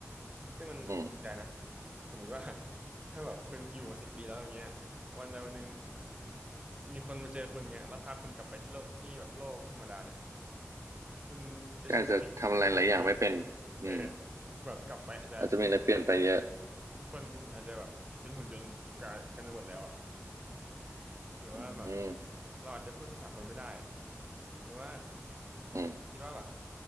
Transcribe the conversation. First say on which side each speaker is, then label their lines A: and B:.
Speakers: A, on the right; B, on the right.
A: ซึ่งมันน่าสนใจนะ
B: อืม
A: สมมุติว่า <laughs> ถ้าแบบคุณอยู่มาสิบปีแล้วอย่างเงี้ยวันใดวันหนึ่งมีคนมาเจอคุณเงี้ยแล้วพาคุณกลับไปที่โลกที่แบบโลกธรรมดาเนี่ยคุณจะใช้ชีวิต
B: ก็อาจจะทำอะไรหลายอย่างไม่เป็น
A: เดิมยังไงเออ
B: อืม
A: แบบกลับไปอาจจะ
B: อาจจะมีอะไรเปลี่ยนไปเยอะ
A: ทุกคนอาจจะแบบเป็นหุ่นยนต์กันกันไปหมดแล้วอะ หรือว่าแบบ
B: อืม
A: เราอาจจะพูดภาษาคนไม่ได้หรือว่า
B: อืม
A: คิดว่าแบบ